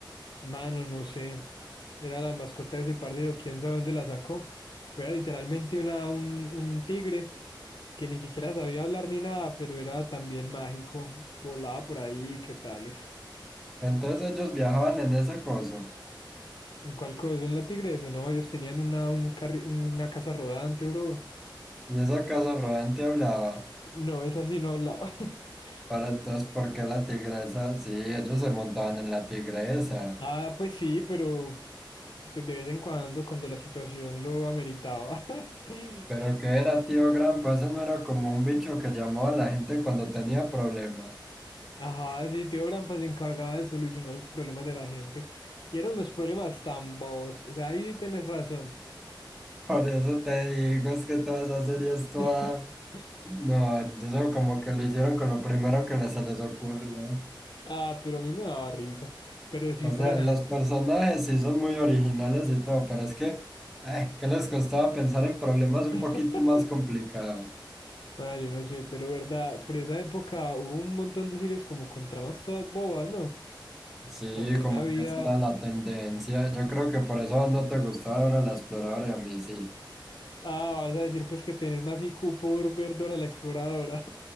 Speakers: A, on the left (about 65°); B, in the centre.
A: mano, no sé. Era la mascota de ese parcero, quién sabe dónde la sacó. Pero era literalmente una, un, un tigre que ni siquiera sabía hablar ni nada, pero era también mágico. Volaba por ahí, ¿qué tales?
B: Entonces ellos viajaban en ese coso.
A: ¿En cuál cosa? <laughs> ¿En la tigresa? No, ellos tenían una, un carri- una casa rodante, bro.
B: Y esa casa rodante hablaba.
A: No, esa sí no hablaba. <laughs>
B: Para entonces, ¿por qué la tigresa? Sí, ellos se montaban en la tigresa.
A: Ah, pues sí, pero pues de vez en cuando, cuando la situación lo ameritaba. <laughs>
B: Pero el que era tío Grampa, eso no era como un bicho que llamaba a la gente cuando tenía problemas.
A: Ajá, sí, Tío Grampa se encargaba de solucionar los problemas de la gente. Y eran unos problemas tan bobos. O sea, ahí sí tenés razón.
B: <laughs> Por eso te digo, es que toda esa serie es toda...
A: <laughs>
B: No, eso como que lo hicieron con lo primero que les- se les ocurrió.
A: Ah, pero a mí me daba risa. Pero sí,
B: O
A: pana.
B: sea, los personajes sí son muy originales y todo, pero es que, eh, ¿qué les costaba pensar en problemas un
A: <laughs>
B: poquito más complicados?
A: Pana, yo no sé, pero verdad, por esa época hubo un montón de series como con tramas todas bobas, ¿no?
B: Sí,
A: También
B: como
A: había
B: que esa era la tendencia. Yo creo que por eso no te gustaba ahora la exploradora y a mí sí.
A: Ah, vas a decir pues que tenés más IQ por ver Dora la Exploradora.